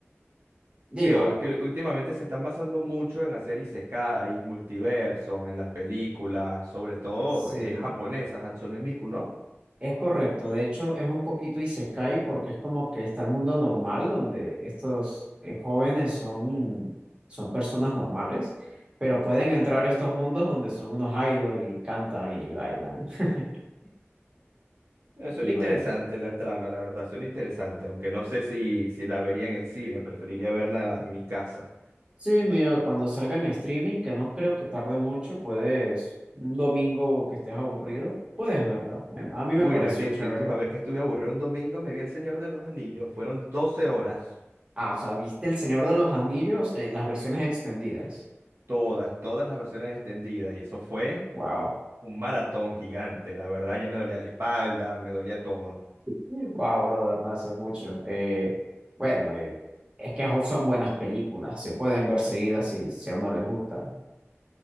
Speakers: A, on the right; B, on the right.
A: Digo,
B: Sí, o-
A: ah,
B: que últimamente se están basando mucho en hacer isekais, multiversos, en las películas, sobre todo
A: sí.
B: eh, japonesas, Hatsune Miku, ¿no?
A: Es correcto, de hecho es un poquito isekai porque es como que está el mundo normal donde estos eh, jóvenes son, son personas normales, pero pueden entrar a estos mundos donde son unos idol y cantan y bailan. <laughs>
B: Eh, suena
A: Y
B: interesante
A: bueno,
B: la trama, la verdad, suena interesante, aunque no sé si, si la vería en el cine, preferiría verla en mi casa.
A: sí, mira, cuando salga en streaming, que no creo que tarde mucho, puedes, un domingo que estés aburrido, puedes verla. Bueno, A mí
B: Uy,
A: me pareció
B: la, ulti-
A: chévere.
B: la última vez que estuve aburrido un domingo me vi El Señor de los Anillos, fueron 12 horas,
A: Ah, o sea, ¿viste El Señor de los Anillos? Eh, las versiones extendidas.
B: todas, todas las versiones extendidas, y eso fue
A: Wow.
B: un maratón gigante, la verdad ya me dolía la espalda, me dolía todo.
A: Wow, brother, no, eso es mucho. Eh, bueno, eh, es que son buenas películas, se pueden ver seguidas si, si a uno les gusta.